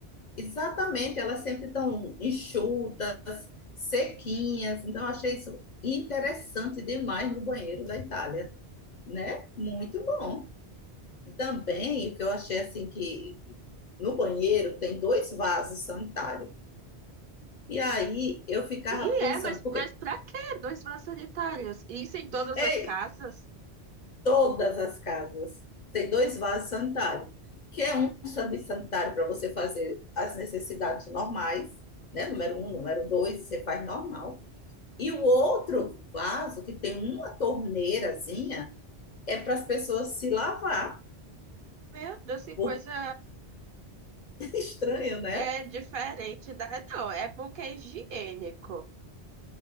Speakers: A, on the left; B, on the right.
A: Exatamente, elas sempre estão enxutas, sequinhas. Então, eu achei isso interessante demais no banheiro da Itália, né? Muito bom. Também, o que eu achei assim que no banheiro tem dois vasos sanitários. E aí eu ficava
B: E
A: pensando,
B: é, mas,
A: porque
B: mas pra quê? Dois vasos sanitários. Isso em todas
A: é
B: as casas?
A: todas as casas tem dois vasos sanitários, que é um serviço sanitário para você fazer as necessidades normais, né? Número um, número dois, você faz normal. E o outro vaso, que tem uma torneirazinha, é para as pessoas se lavar.
B: Meu Deus, que
A: Porque
B: coisa
A: é estranho, né?
B: é diferente da. Não, é bom que é higiênico.